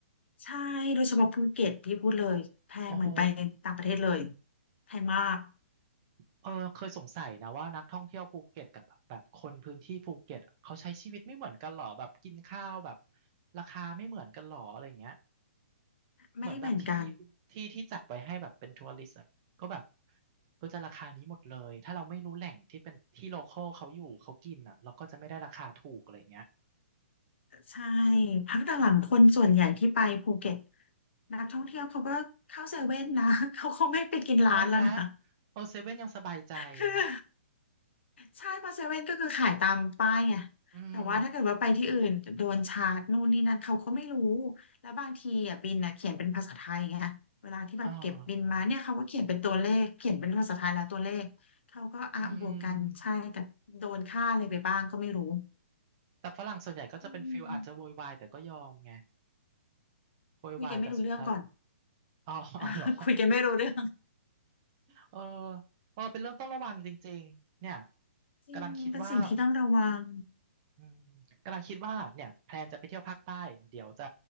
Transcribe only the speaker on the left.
ใช่โดยเฉพาะภูเก็ตที่พูดเลยแพงเหมือนไปต่างประเทศเลย
แพงมาก
ไม่เหมือนกัน
ใช่พักหลังๆคนส่วนใหญ่ที่ไปภูเก็ตนักท่องเที่ยวเขาก็เข้าเซเว่นนะ <laughs> เขาคงไม่ไปกินร้านแล้วนะ
คือ ใช่เพราะเซเว่นก็คือขายตามป้ายไง
แต่ว่าถ้าเกิดว่าไปที่อื่นโดนชาร์จนู่นนี่นั่นเขาก็ไม่รู้แล้วบางทีอ่ะบินอ่ะเขียนเป็นภาษาไทยไงเวลาที่แบบเก็บบินมาเนี่ยเขาก็เขียนเป็นตัวเลขเขียนเป็นภาษาไทยแล้วตัวเลขเขาก็อ่ะบวกกันใช่แต่โดนค่าอะไรไปบ้างก็ไม่รู้
อืม
คุยกันไม่รู้เรื่องก่อน
<laughs> คุยกันไม่รู้เรื่อง
จริงเป็นสิ่งที่ต้องระวัง